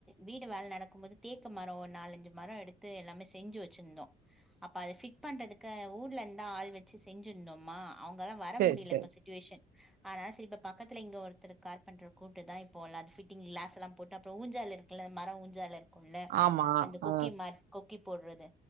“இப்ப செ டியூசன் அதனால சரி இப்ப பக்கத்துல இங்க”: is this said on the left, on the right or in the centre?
Centre